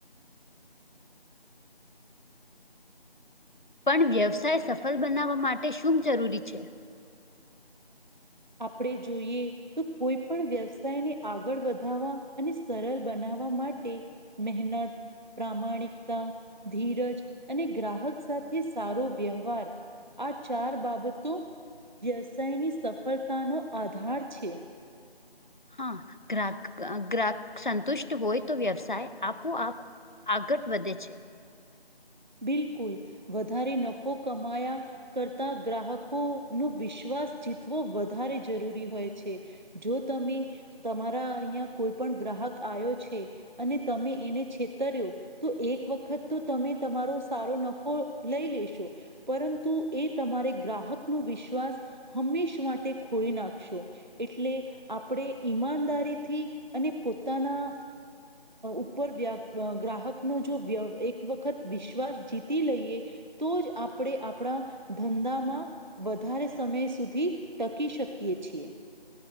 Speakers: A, on the left; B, on the right.
A: પણ વ્યવસાય સફળ બનાવવા માટે શું જરૂરી છે.
B: આપણે જોઈએ. તો કોઈ પણ વ્યવસાયને આગળ વધારવા અને સરળ બનાવવા માટે. મહેનત, પ્રામાણિકતા, ધીરજ, અને ગ્રાહક સાથે સારો વ્યવહાર આ ચાર બાબતો વ્યવસાયની સફળતાનો આધાર છે.
A: હા ગ્રાહક અ ગ્રાહક સંતુષ્ટ હોય તો વ્યવસાય આપો આપ આગળ વધે છે.
B: બિલકુલ વધારે નફો કમાયા કરતા ગ્રાહકો નો વિશ્વાસ જીતવો વધારે જરૂરી હોય છે. જો તમે તમારા અહીં કોઈ પણ ગ્રાહક આવ્યો છે. અને તમે એને છેતર્યો તો એક વખત તો તમે તમારો સારો નફો લઈ લેશું પરંતુ એ તમારે ગ્રાહક નો વિશ્વાસ હંમેશ માટે ખોલી નાખશો એટલે આપણે ઈમાનદારીથી અને પોતાના ઉપર ગ્રાહક નો જો એક વત. વખત વિશ્વાસ જીતી લઈએ તો જ આપણે આપણા ધંધામાં. વધારે સમય સુધી ટકી શકીએ છીએ.